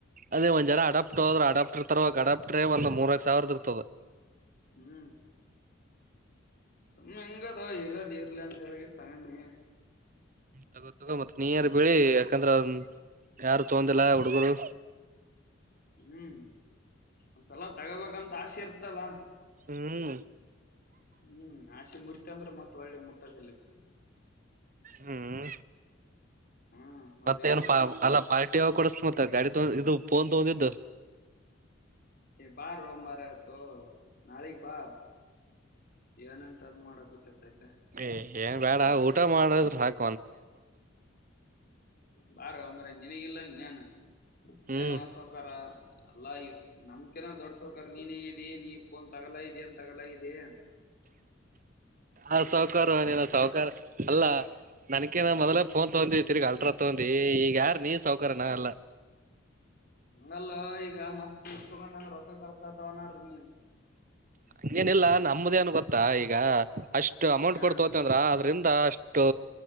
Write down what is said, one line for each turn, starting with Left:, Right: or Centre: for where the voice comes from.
Right: ಅದೇ ಒಂದ್ ಜ ಅಡಪ್ಟ್ದ್ರು ಅಡಾಪ್ಟರ್ ತರರುವಾಗ ಅಡಾಪ್ಟ್ರ ಒಂದ ಮೂರಕ್ ಸಾವಿರದ ಇ
Left: ಹ್ಮ್ ಮೆಹಂಗದ ಹೀರಡ ಹೀರ್ಲಂಡ ಜಗೆ ಸ್ಥ ನೀ
Right: ತಗೋ ಮತ್ ನೀರ್ ಬಿಳಿ ಯಾಕಂದ್ರ ಯಾರು ತಗೊಂಡಿಲ್ಲ
Left: ಹ್ಮ್
Right: ಹುಡುಗರು
Left: ಹ್ಮ್ ಒಂದ್ಸಲ ತಗೋಬೇಕಂತ ಆಸೆ ಇರ್ತಲ್ಲ
Right: ಹ್ಮ್
Left: ಹ್ಮ್ ಆಸೆ ಮುರಿತಿ ಅಂದ್ರೆ ಮತ್ತತ್ ಒಳ್ಳೆ ಮುಟ್ಟದಲಿಕ್ಕ
Right: ಹ್ಮ್
Left: ಹ್ಮ್ ಹೌದಿಲ್ಲ
Right: ಮತ್ತ ಏನ್ ಪಾ ಅಲ್ಲ ಪಾರ್ಟಿ ಕುಡಸ್ತ ಮ ತ್ತ ಗಾಡಿ ತಗೊಂಡ ಇದು ಪಫೋನ್ ತಗೊಂಡಿದ್ದ
Left: ಬಾ ರೋ ಮಾರತ ನಾಳೆಗೆ ಬಾ ಏನಂತ ಅದ್ ಮಾಡ ಗೂತ್ತತ ಆಯ್ತಾ
Right: ಏ ಏನ್ ಬೇಡ ಊಟ ಮಾಡದ್ರ ಹಾಕ್
Left: ಬಾರ ಅಮರ ನಿನಗಿಲ್ಲ ನನ್
Right: ಹ್ಮ್
Left: ಏನು ಸೌಕಾರ ಎಲ್ಲಾ ನಮ ನ ದೊಡ್ಸೋಕ ನೀನ್ ಹೇಗರಿ ನೀಫನ್ ತಗೋಲ ಏನ್ ತಗೋಲಾಗಿದೆ
Right: ಹ ಸಾಹಕಾರು ನೀನು ಸಾಹಕಾರ ಅಲ್ಲಾ ನನಕೇನ ಮೊದಲ ಫೋನ್ ತಗೊಂಡಿ ತಿರ್ಗಿ ಅಲ್ರ ತಗೊಂಡಿ ಈಗ ಯಾರ ನೀವ ಸೌಕಾರರ್ಯನಾ ಎಲ್ಲ
Left: ಹಂಗಲ್ಲ ಈಗ ಮತ್ತ ತಗೊಂಡಂದ್ರೆ ರೊಕ್ಕ ಖರ್ಚ ಆತವ ನ್ರೀ ನೀನ್
Right: ಹಂಗೇನಿಲ್ಲ ನಮಮ್ಮದೇ ಏನ್ ಗೊತ್ತಾ ಈಗ ಅಷ್ಟ ಅಷ್ಟು ಅಮೌಂಟ್
Left: ಹಾ
Right: ಕೊಡ್ತೋತ ಅಂದ್ರ ಅದ್ರಿಂದ ಅಷ್ಟು